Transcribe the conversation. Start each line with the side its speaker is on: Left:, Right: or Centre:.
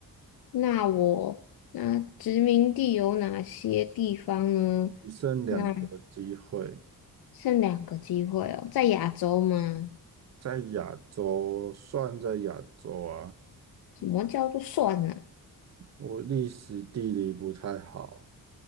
Left: 那我那殖民地有哪些地方呢？
Right: 你剩两个机会。
Left: 那剩两个机会哦，在亚洲吗？
Right: 在亚洲，算在亚洲啊。
Left: 什么叫做算呢、
Right: 我历史地理不太好，